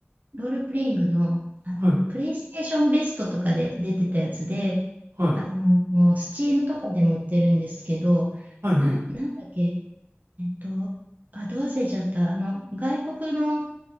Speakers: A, on the right; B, on the right.
A: ロールプレイングの、あの、
B: はい。
A: プレイステーションベストとかで出てたやつで、
B: はい。
A: あの、もう、スチームとかでも売ってるんですけど、
B: はいはい。
A: なん、なんだっけ、えっと、あ、どう忘れちゃった。あの、外国の